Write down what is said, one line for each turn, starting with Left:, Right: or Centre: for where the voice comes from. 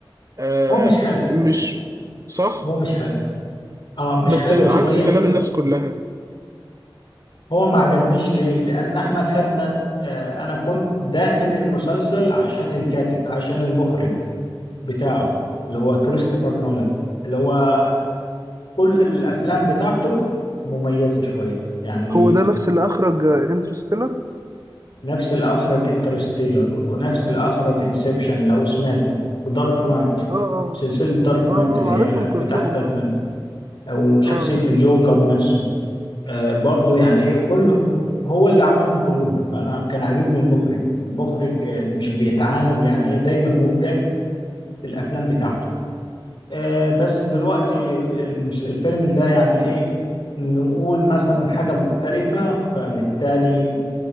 Right: آه
Left: هو مش حلو
Right: مش صح
Left: هو مش حلو اه مش
Right: بس
Left: حلو
Right: عكس
Left: شويه
Right: كلام الناس كلها
Left: هو ما عجبنيش ليه لان احنا خدنا آه انا كنت داخل المسلسل عشان الكاتب عشان المخرج بتاعه اللي هو كريستوفر نولان اللي هو كل الافلام بتاعته مميزه شويه يعني
Right: هو ده نفس اللي اخرج انترستيلر
Left: نفس اللي أخرج انترستيلر ونفس اللي أخرج انسبشن لو سمعته ودارك نايت
Right: اه اه
Left: سلسلة دارك
Right: اه
Left: نايت
Right: اه
Left: اللي هي
Right: عارفهم كلهم
Left: بتاعت باتمان
Right: اه
Left: أو شخصية
Right: اه آه.
Left: الجوكر نفسه آه برضو يعني إيه كله هو اللي عملهم كلهم فأنا كان عاجبني المخرج المخرج آه، مش بيتعامل يعني إيه دايما مبدع في الأفلام بتاعته آه بس دلوقتي المس- الفيلم ده يعني إيه نقول مثلا حاجة مختلفة فبالتالي